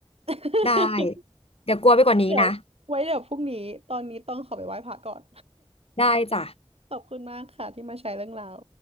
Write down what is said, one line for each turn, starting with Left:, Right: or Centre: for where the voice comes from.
Right: <laughs>
Left: ได้เดี๋ยวกลัวไปกว่านี้นะ
Right: เดี๋ยวไว้เดี๋ยวพรุ่งนี้ตอนนี้ต้องขอไปไหว้พระก่อน
Left: ได้จ้ะ
Right: ขอบคุณมากค่ะที่มาแชร์เรื่องราว